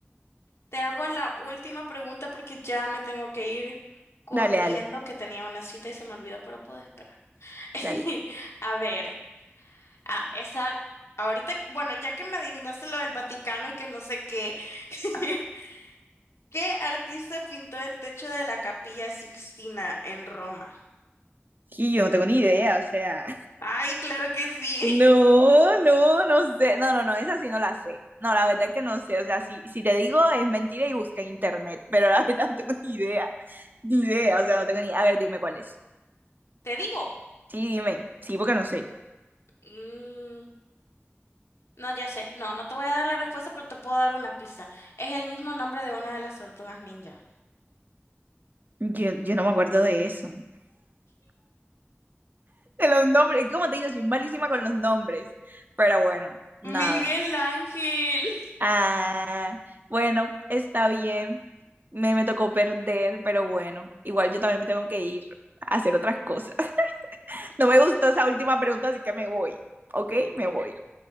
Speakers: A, on the left; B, on the right.
A: te hago la última pregunta porque ya me tengo que ir corriendo,
B: Dale, dale,
A: que tenía una cita y se me olvidó, pero puedo esperar. <laughs>
B: dale.
A: A ver, ah, esa, ahorita, bueno, ya que me adivinaste lo del Vaticano y que no sé qué, <laughs> ¿qué artista pintó el techo de la Capilla Sixtina en Roma?
B: Y yo no tengo ni idea, o sea.
A: Ay, claro que sí.
B: No,
A: <laughs>
B: no, no sé. No, no, no, esa sí no la sé. No, la verdad es que no sé. O sea, si, si te digo es mentira y busqué en internet, pero la <laughs> verdad no tengo ni idea. Ni idea, o sea, no tengo ni. A ver, dime cuál es.
A: Te digo.
B: Sí, dime. Sí, porque no sé.
A: Mm, no, ya sé. No, no te voy a dar la respuesta, pero te puedo dar una pista. Es el mismo nombre de una de las tortugas ninja.
B: Yo, yo no me acuerdo de eso. <laughs> de los nombres. Como te digo, soy malísima con los nombres. Pero bueno, nada.
A: Miguel Ángel. <laughs>
B: Ah, bueno, está bien. Me, me tocó perder, pero bueno, igual yo también me tengo que ir a hacer otras cosas. <laughs> No me gustó esa última pregunta, así que me voy. ¿Ok? Me voy.